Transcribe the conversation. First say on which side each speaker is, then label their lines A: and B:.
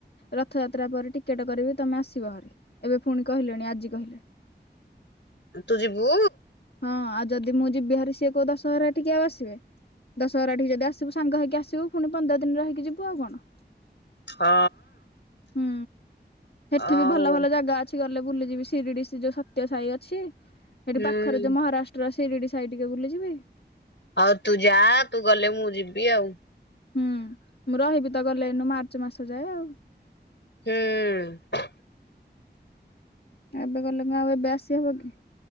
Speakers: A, on the left (about 65°); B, on the left (about 80°).
A: ରଥଯାତ୍ରା ପରେ ଟିକେ ଟିକେଟ କରିବି ତମେ ଆସିବ ଭରି ଏବେ ପୁଣି କହିଲେଣି ଆଜି କହିଲେ
B: ତୁ ଯିବୁ
A: ହଁ ଆଉ ଯଦି ମୁଁ ଯିବିହାରି ସିଏ କଉ ଦଶହରା ଟିକି ଆଉ ଆସିବେ ଦଶହରା ଟିକି ଯଦି ଆସିବେ ସବୁ ସାଙ୍ଗ ହେଇକି ଆସିବୁ ପୁଣି ପନ୍ଦର ଦିନରେ ହେଇକି ଯିବୁ ଆଉ କଣ?
B: ହଁ
A: ହୁଁ ସେଠି
B: ଆଉ
A: ବି ଭଲ ଭଲ ଜାଗା ଅଛି ଗଲେ ବୁଲିଯିବି ସିରିଡି ସ ଯୋଉ ସତ୍ୟ ସାହି ଅଛି ସେଠି
B: ହୁଁ
A: ପାଖରେ ଯୋଉ ମହାରାଷ୍ଟ୍ର ସିରିଡି ସାାଇ ଟିକେ ବୁଲିଯିବି।
B: ଆଉ ତୁ ଯା ତୁ ଗଲେ ମୁଁ ଯିବି ଆଉ!
A: ହୁଁ ମୁଁ ରହିବି ତ ଗଲେ ଏନୁ ମାର୍ଚ୍ଚ ମାସ ଯାଏ ଆଉ!
B: ହୁଁ!
A: ଏବେ ଗଲେ ମୁ ଆଉ ଏବେ ଆସିହବ କି?